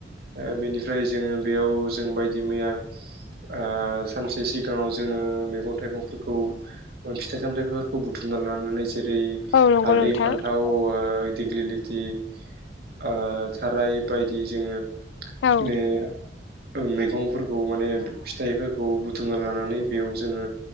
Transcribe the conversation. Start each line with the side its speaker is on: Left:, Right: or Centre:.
Right: ओ बेनिफ्राय जोङो बेयाव जों बायदि मैया ओ सानसे सिगाङाव जोङो मैगं थाइगंफोरखौ फिथाइ सामथाइफोरखौ बुथुमना लानानै जेरै
Left: औ नंगौ
Right: हालदै
Left: नोंथां
Right: फान्थाव ओ दिग्लिलि दि ओ साराइ बायदि जोङो
Left: औ
Right: मे ओ मैगंफोरखौ माने फिथाइफोरखौ बुथुमना लानानै बेयाव जोङो